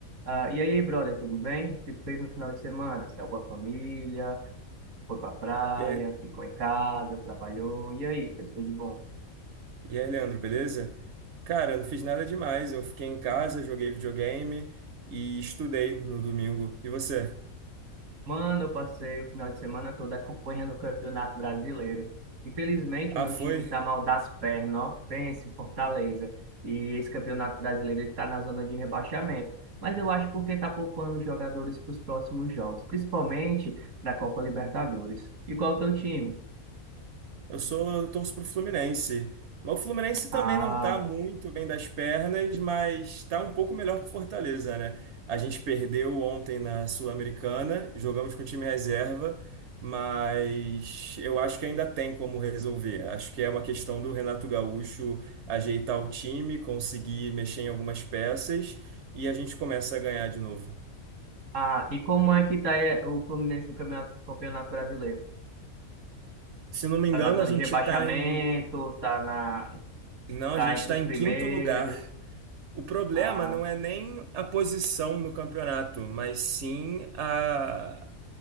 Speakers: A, on the right (about 80°); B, on the right (about 65°).
A: Ah, e aí, brother, tudo bem? O que tu fez no final de semana? Saiu com a família, foi pra praia,
B: E aí,
A: ficou em casa, trabalhou. E aí, o que tu fez de bom?
B: e aí, Leandro, beleza? Cara, eu não fiz nada demais. Eu fiquei em casa, joguei videogame e estudei no domingo. E você?
A: Mano, eu passei o final de semana todo acompanhando o Campeonato Brasileiro. Infelizmente,
B: Ah,
A: o meu
B: foi?
A: time tá mal das pernas, ó. Pense, o Fortaleza. E esse Campeonato Brasileiro, ele tá na zona de rebaixamento. Mas eu acho porque tá poupando os jogadores para os próximos jogos, principalmente para a Copa Libertadores. E qual é o teu time?
B: Eu sou, eu torço pro Fluminense. Mas o Fluminense também
A: Ah.
B: não tá muito bem das pernas, mas tá um pouco melhor que o Fortaleza, né? A gente perdeu ontem na Sul-Americana, jogamos com o time reserva, mas eu acho que ainda tem como resolver. Acho que é uma questão do Renato Gaúcho ajeitar o time, conseguir mexer em algumas peças e a gente começa a ganhar de novo.
A: Ah, e como é que tá eh, o Fluminense no campeonato, campeonato brasileiro?
B: Se não me engano,
A: Tá na zona
B: a gente
A: de rebaixamento,
B: tá em.
A: tá na,
B: Não,
A: tá
B: a gente
A: entre
B: tá
A: os
B: em
A: primeiros.
B: quinto lugar. O problema
A: Ah,
B: não é nem a posição no campeonato, mas sim a,